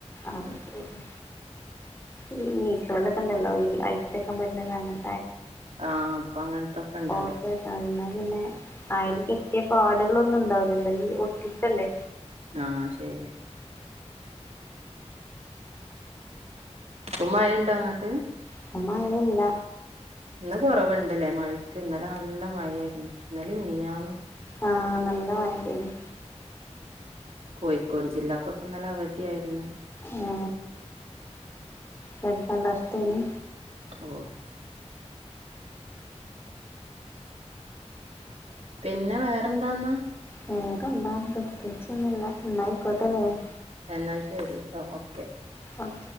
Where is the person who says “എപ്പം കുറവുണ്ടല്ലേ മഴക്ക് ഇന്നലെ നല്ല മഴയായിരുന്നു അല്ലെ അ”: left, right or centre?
Right